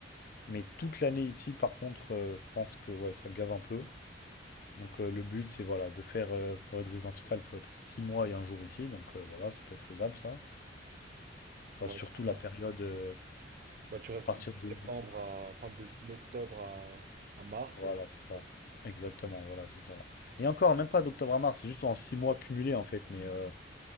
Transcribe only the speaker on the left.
Mais toute l'année ici, par contre, euh, je pense que ouais, ça gave un peu. Donc euh, le but, c'est voilà, de faire euh, pour être résident fiscal, il faut être six mois et un jour ici. Donc euh, voilà, ça peut être faisable ça. Tu vois,
surtout la période euh,
à partir
de.
Voilà,
c'est ça.
Exactement, voilà, c'est ça. Et encore, même pas d'octobre à mars, c'est juste en six mois cumulés en fait. Mais, euh,